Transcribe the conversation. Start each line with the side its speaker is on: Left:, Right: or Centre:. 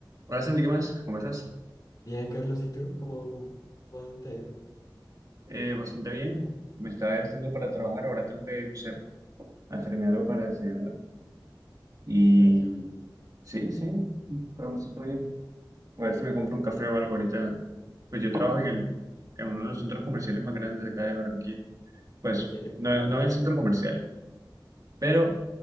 Right: Hola Santi, ¿qué más? ¿Cómo estás?
Left: Bien, Carlos, ¿y tú? ¿Cómo, cómo, cómo te ha ido?
Right: Eh, bastante bien. Me estaba alistando para trabajar, ahora tengo que, no sé, hacerme algo para desayunar. Y
Left: Ah, yo,
Right: sí, sí, pero me siento bien. A ver si me compro
Left: gracias.
Right: un café o algo ahorita. Pues yo trabajo en el, en uno de los centros comerciales más grandes de acá de Barranquilla. Pues
Left: ¿En serio?
Right: no, no en el centro comercial, pero